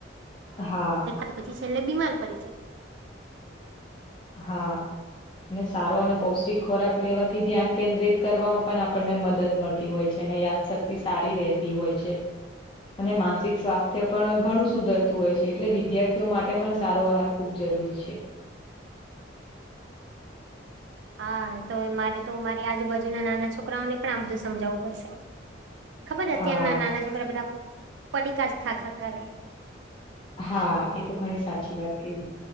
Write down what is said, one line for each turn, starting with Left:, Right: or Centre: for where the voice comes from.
Left: હા
Right: તો પછી છેલ્લે બીમાર પડી જાય
Left: હા ને સારો અને પૌષ્ટિક ખોરાક લેવાથી ધ્યાન કેન્દ્રિત કરવામાં પણ આપણને મને મદદ મદદ મળતી હોય છે અને યાદશક્તિ સારી રહેતી હોય છે અને માનસિક સ્વાસ્થ્ય પણ ઘણું સુધરતું હોય છે એટલે વિદ્યાર્થીઓ માટે પણ સારો આહાર ખૂબ જરૂરી છે
Right: હા તો મારે તો મારી આજુબાજુના નાના છોકરાઓને પણ આ બધું સમજાવવું પડશે ખબર અત્યારના
Left: હા
Right: નાના છોકરા બધા પડીકા જ ખાખા કરે
Left: હા એ તો ઘણી સાચી વાત કેવી